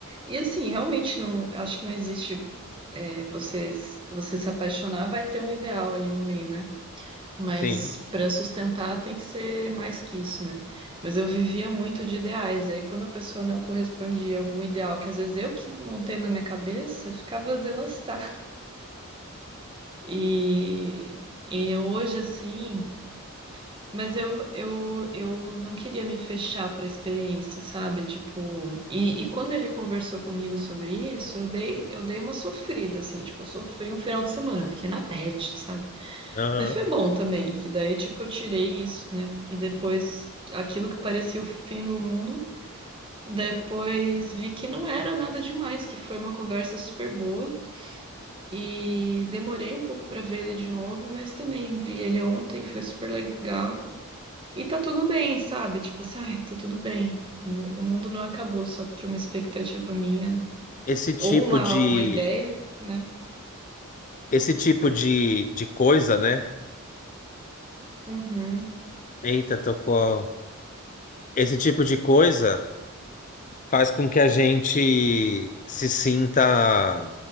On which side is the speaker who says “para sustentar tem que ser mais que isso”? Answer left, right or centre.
Right